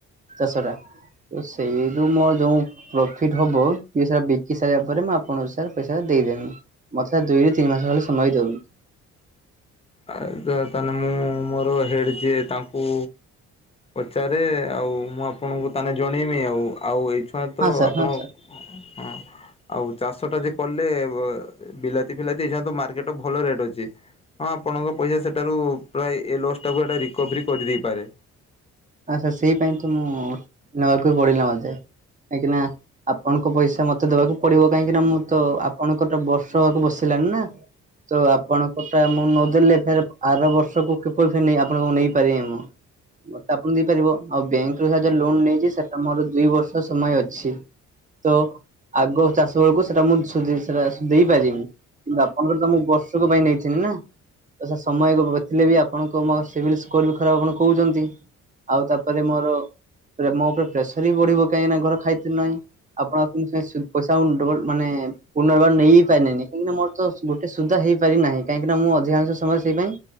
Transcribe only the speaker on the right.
ଚାଷ ଟା। ତ ସେଇ ଯୋଉ ମୋ ଯୋଉଁ ପ୍ରଫିଟ୍ ହବ କି ସେଟା ବିକି ସାରିଲା ପରେ ମୁଁ ଆପଣଙ୍କୁ ସାରେ ପଇସା ଟା ଦେଇଦେମି। ମତେ ସାରେ ଦୁଇରୁ ତିନି ମାସ ହେଲେ ସମୟ ଦିଅନ୍ତୁ।
ହଁ ସାର୍
ହଁ ସାର୍
ଆଚ୍ଛା, ସେଇ ପାଇଁ ତ ମୁଁ ନବାକୁ ବି ପଡିଲା ମତେ କାହିଁକି ନା ଆପଣଙ୍କ ପଇସା ମତେ ଦବାକୁ ପଡିବ କାହିଁକି ନା ମୁଁ ତ ଆପଣଙ୍କର ତ ବର୍ଷ ହେବାକୁ ବସିଲାଣି ନା। ତ ଆପଣଙ୍କ ଟା ମୁଁ ନଦେଲେ ଫେର୍ ଆର ବର୍ଷକୁ କିପରି ଫେରେ ଆପଣଙ୍କୁ ନେଇ ପାରିବି ମୁଁ। ଆପଣଙ୍କୁ ଦେଇପାରିବ। ଆଉ ବ୍ୟାଙ୍କ ରୁ ସାହାଯ୍ୟ ଲୋନ ନେଇଛି, ସେଟା ମୋର ଦୁଇ ବର୍ଷ ସମୟ ଅଛି। ତ ଆଗ ଚାଷ ବେଳକୁ ସେଟା, ମୁଁ ସେଟା ଦେଇ ପାରିମି। କିନ୍ତୁ ଆପଣଙ୍କର ତ ମୁଁ ବର୍ଷକ ପାଇଁ ନେଇଥିଲି ନା। ତ ସ ସମୟ ଥିଲେ ବି ଆପଣଙ୍କ ମୋ ସିଭିଲ୍ ସ୍କୋର ବି ଖରାପ, ଆପଣ କହୁଛନ୍ତି। ଆଉ ତାପରେ ମୋର ମୋ ଉପରେ ପ୍ରେସର ବି ବଢ଼ିବ, କାହିଁକି ନା ଘର ଖାଇତେ ନାହିଁ। ଆପଣ ପଇସା ଡ଼ବଲ ମାନେ ପୁନର୍ବାର ନେଇ ପାରନେନି, କାହିଁକିନା ମୋର ତ ଗୋଟେ ସୁଦ୍ଧା ହେଇପାରି ନାହିଁ, କାହିଁକି ନା ମୁଁ ଅଧିକାଂଶ ସମୟରେ ସେଇ ପାଇଁ